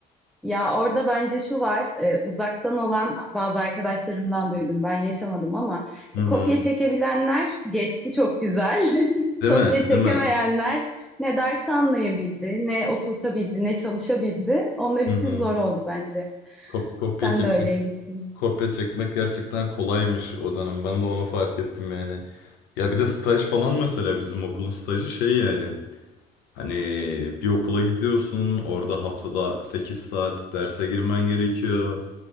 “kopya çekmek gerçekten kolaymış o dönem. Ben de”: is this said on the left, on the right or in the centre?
Left